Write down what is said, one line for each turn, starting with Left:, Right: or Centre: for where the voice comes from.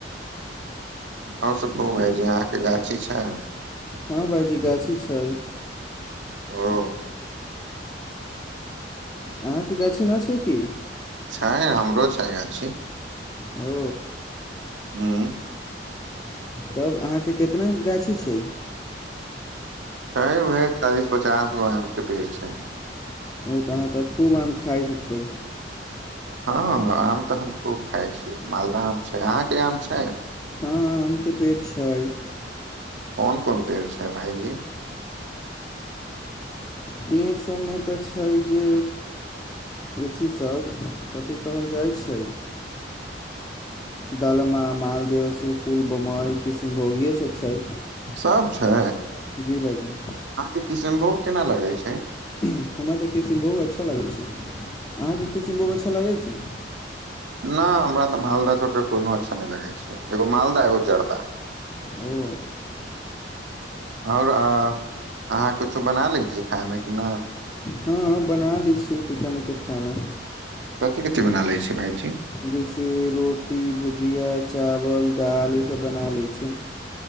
Right: आर सब कहू भायजी अहाँके गाछी छै
Left: हँ भाइजी गाछी छै
Right: ओ
Left: अहाँके गाछी नहि छै की
Right: छै हमरो छै गाछी
Left: ओ
Right: हँ
Left: तब अहाँके कितना गाछी छै
Right: छै उह चालीस पचास गो आम के पेड़ छै
Left: ओ तऽ अहाँ तऽ खूब आम खाइ हुकबै
Right: हँ आम तऽ हम खूब खाइ छी मालदह आम छै अहाँके आम छै
Left: हँ आम के पेड़ छै
Right: कोन कोन पेड़ छ भाइजी
Left: पेड़ सभमे तऽ छै जे अथिसभ कथि कहल जाइ छै दलमा मालदेव सुकुल बमइ किशनभोग इएहसभ छै
Right: सब छै
Left: जी भाइजी
Right: अहाँके किसनभोग केना लगै छै
Left: हमरा तऽ किशनभोग अच्छा लगैत छै अहाँके किशनभोग अच्छा लागैत छै
Right: नहि हमरा तऽ मालदह छोड़ कऽ कोनो अच्छा नहि लगैत छै एगो मालदह एगो जर्दा
Left: ह्म
Right: और आ अहाँ कुछो बना लै छी खाइमे कि नह
Left: हँ बना लैत छियै तैका मैका खाना
Right: कथी कथी बना लै छी भाइजी
Left: जैसे रोटी भुजिया चावल दाल ईसभ बना लै छी